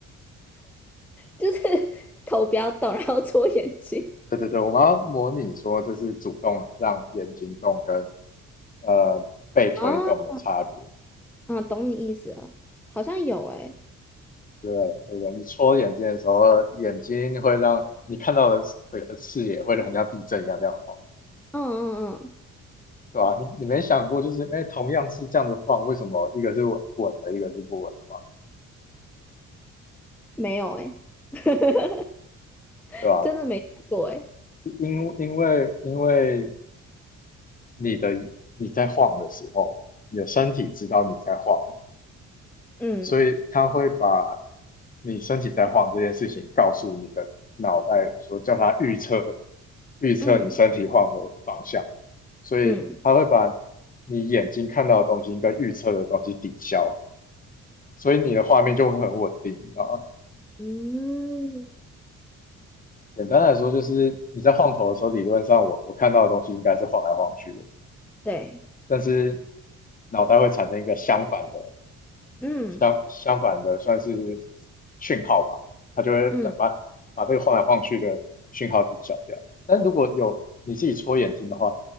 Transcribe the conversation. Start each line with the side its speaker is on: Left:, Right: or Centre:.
Centre: 就是 <laughs> 头不要动，然后搓眼睛。
Left: 对对对，我们要模拟说就是主动让眼睛动跟呃被推动的差别。
Centre: 哦，嗯，懂你意思了，好像有诶、
Left: 对对不对你戳眼睛的时候，眼睛会让你看到的这个视野会很像地震一样这样晃，
Centre: 嗯嗯嗯，
Left: 对吧？你你没想过就是，哎，同样是这样子晃，为什么一个是稳稳的，一个是不稳的嘛，
Centre: 没有诶、<laughs>
Left: 对吧？
Centre: 真的没看过诶、
Left: 因因为因为你的你在晃的时候，你的身体知道你在晃，
Centre: 嗯
Left: 所以它会把你身体在晃这件事情告诉你的脑袋，说叫它预测预测你身体晃的方向，
Centre: 嗯
Left: 所以它会把
Centre: 嗯
Left: 你眼睛看到的东西跟预测的东西抵消，所以你的画面就会很稳定，啊，
Centre: 嗯，
Left: 简单来说，就是你在晃头的时候，理论上我我看到的东西应该是晃来晃去的，
Centre: 对，
Left: 但是脑袋会产生一个相反的
Centre: 嗯
Left: 相相反的算是讯号吧，它就会把把这个晃来晃去的讯号抵消掉。
Centre: 嗯
Left: 但如果有你自己戳眼睛的话，